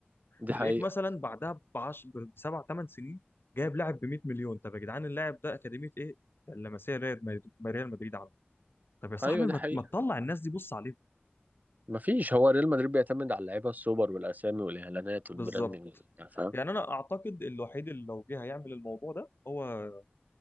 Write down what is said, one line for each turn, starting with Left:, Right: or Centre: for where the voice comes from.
Right: دي
Left: تلاقيك
Right: حقيقة
Left: مثلا بعدها بعش بسبع ثمان سنين جايب لاعب ب 100 مليون طب يا جدعان اللاعب ده اكاديميه ايه؟ ده اللمسيه ريال مدريد ريال مدريد عنده طب يا صاحبي
Right: ايوه دي
Left: ما
Right: حقيقة
Left: ما تطلع الناس دي بص عليهم
Right: مفيش هو ريال مدريد بيعتمد على اللعيبة السوبر والاسامي والاعلانات والبراندنج
Left: بالظبط
Right: فاهم
Left: يعني انا اعتقد الوحيد اللي لو جه هيعمل الموضوع ده هو آه،